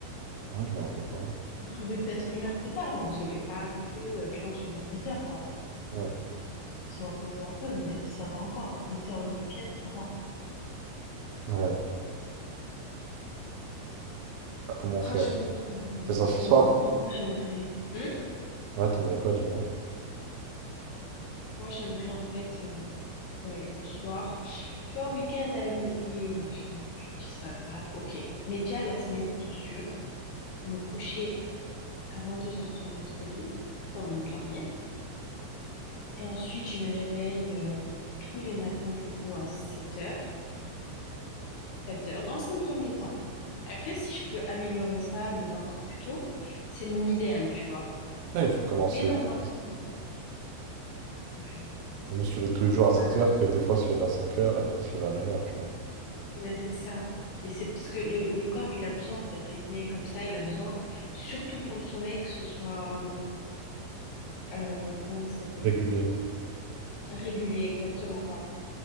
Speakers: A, on the right; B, on the left.
A: Ah, je me rappelle pas.
B: On se levait peut-être une heure plus tard, mais on se levait pas non plus. euh, Tu vois, on se levait à 8 heures, quoi.
A: Ouais.
B: On se repose un peu, mais ça va encore. huit heures le week-end, ça va.
A: Ouais. Bah, comment
B: Franchement,
A: on fait alors
B: euh,
A: On fait ça
B: faut...
A: ce soir?
B: moi, moi j'aimerais. Hmm
A: Ouais, t'aimerais quoi, du moins?
B: Moi, j'aimerais en fait, euh, ouais, le soir. Tu vois, week-end, allez, ok, machin, tu te dis c'est pas grave, ok. Mais déjà la semaine, de sûr, me coucher à deux heures trente être au lit pour me dormir. Et ensuite, je me réveille euh, tous les matins, du coup, à sept heures sept heures dans un premier temps. Après, si je peux améliorer ça, me lever encore plus tôt, c'est mon idéal, tu vois.
A: Ouais, il faut commencer.
B: Mais dans un
A: ouais.
B: premier temps,
A: Vaut mieux se lever tous les jours
B: ouais.
A: à sept heures que des fois se lever à cinq heures et après se lever à neuf heures tu vois.
B: Ouais, c'est ça. Et c'est parce que le, le corps, il a besoin d'être rythmé comme ça. Il a besoin, surtout pour le sommeil, que ce soit, euh, euh, comment ça s'appelle?
A: Régulier.
B: Régulier, exactement, pardon.